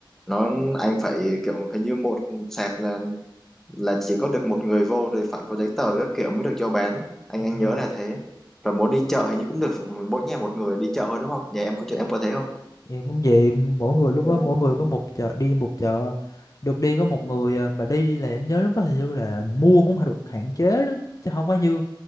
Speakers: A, in the centre; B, on the left.
A: nó anh phải kiểu hình như một sạp là là chỉ có được một người vô rồi phải có giấy tờ các kiểu mới được cho bán anh
B: dạ
A: anh
B: đúng
A: nhớ
B: rồi
A: là thế rồi muốn đi chợ hình như cũng được mỗi nhà một người đi chợ thôi đúng không nhà em có em có thế không
B: em cũng vậy mỗi người lúc
A: Ừ.
B: đó mỗi người có một chợ đi một chợ được đi có một người à, mà đi là em nhớ lúc đó hình như là mua cũng phải được hạn chế lắm chứ không có như